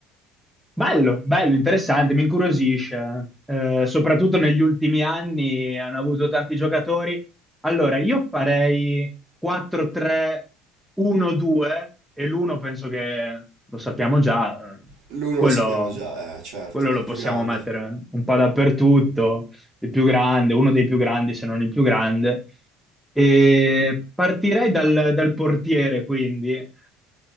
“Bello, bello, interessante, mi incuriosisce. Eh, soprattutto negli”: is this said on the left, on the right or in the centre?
Centre